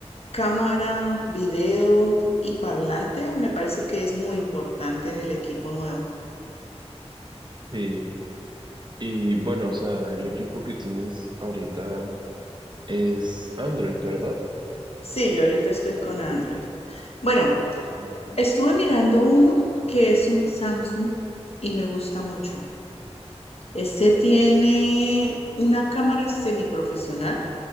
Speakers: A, on the left (about 65°); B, on the right (about 45°).
A: cámara, video y parlante me parece que es muy importante en el equipo nuevo.
B: Sí. Y bueno, o sea, el equipo que tienes ahorita es Android, ¿verdad?
A: Sí, yo ahorita estoy con Android. Bueno,
B: Ah, Ok.
A: estuve mirando uno que es un Samsung y me gusta mucho. Ese tiene una cámara semiprofesional